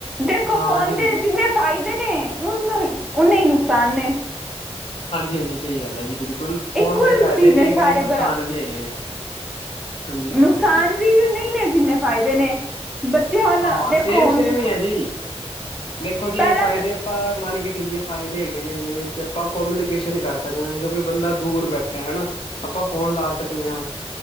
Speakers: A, in the centre; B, on the left.
A: ਦੇਖੋ
B: ਹਾਂਜੀ
A: ਫੋਨ
B: ਹਾਂਜੀ
A: ਤੇ ਜਿੰਨੇ ਫਾਇਦੇ ਨੇ ਓਨੇ ਈ ਨੁਕਸਾਨ ਨੇ।
B: ਹਾਂਜੀ-ਹਾਂਜੀ ਸਈ ਗੱਲ ਐ ਜੀ ਬਿਲਕੁਲ ਫੋਨ
A: ਇਕੁਅਲ
B: ਦੇ ਫਾਇਦੇ
A: ਚੀਜ਼
B: ਵੀ ਹੈਗੇ
A: ਸਾਰੇ
B: ਨੇ ਨੁਕਸਾਨ
A: ਬਰਾ
B: ਵੀ ਹੈਗੇ ਨੇ। ਹਾਂਜੀ ਹਾਂਜੀ
A: ਨੁਕਸਾਨ
B: ਹਾਂਜੀ
A: ਵੀ ਓਨੇ ਨੇ, ਜਿੰਨੇ ਫ਼ਾਇਦੇ ਨੇ ਬੱਚੇ ਹੁਣ
B: ਹਾਂ
A: ਦੇਖੋ
B: ਸੇਮ-ਸੇਮ
A: ਹੁਣ
B: ਈ ਐ ਜੀ। ਦੇਖੋ
A: ਪਹਿਲਾਂ
B: ਜੀ ਏ ਫਾਇਦੇ
A: ਚ
B: ਆਪਾਂ ਮੰਨ ਕੇ ਚੱਲੀਏ, ਫਾਇਦੇ ਹੈਗੇ ਨੇ ਜਿਵੇਂ ਕਿ ਆਪਾਂ ਕੋਮਿਊਨੀਕੇਸ਼ਨ ਕਰ ਸਕਦੇ ਆ। ਜੇ ਕੋਈ ਬੰਦਾ ਦੂਰ ਬੈਠਾ ਐ ਹਨਾ। ਆਪਾਂ ਫੋਨ ਲਾ ਸਕਦੇ ਆਂ।